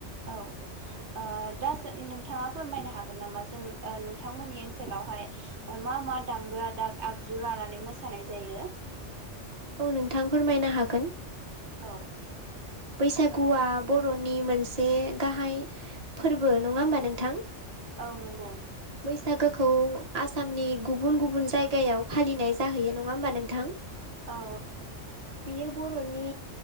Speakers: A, on the right (about 70°); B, on the right (about 35°).
A: औ ओ दा जा नोंथाङा फोरमायनो हागोन नामा जों ओ नोंथांमोननि ओनसोलाव हाय मा मा दामग्रा दाग आगजु लानानै मोसानाय जायो
B: औ नोंथां फोरमायनो हागोन
A: औ
B: बैसागुआ बर'नि मोनसे गाहाय फोरबो नङा होमबा नोंथां
A: औ नंगौ।
B: बैसागोखौ आसामनि गुबुन गुबुन जायगायाव फालिनाय जाहैयो नङा होनबा नोंथां
A: औ
B: बियो बर'नि